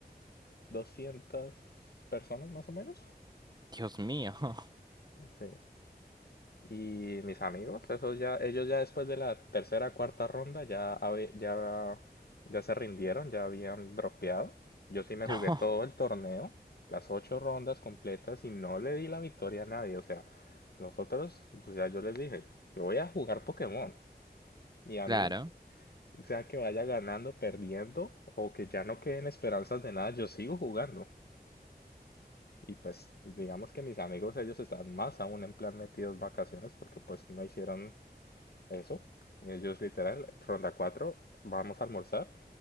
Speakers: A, on the left; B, on the right.
A: 2200 personas más o menos.
B: Dios mío. <laughs>
A: Sí. Y mis amigos, esos ya, ellos ya después de la tercera, cuarta ronda ya, habe- ya, ya se rindieron, ya habían dropeado. Yo sí me
B: No,
A: jugué todo el torneo, las ocho rondas completas y no le di la victoria a nadie. O sea, nosotros, o sea, yo les dije, yo voy a jugar Pokémon y a
B: claro.
A: mí O sea, que vaya ganando, perdiendo, o que ya no queden esperanzas de nada, yo sigo jugando. Y pues, digamos que mis amigos, ellos están más aún en plan metidos vacaciones porque pues no hicieron eso. Ellos literal, ronda 4 vamos a almorzar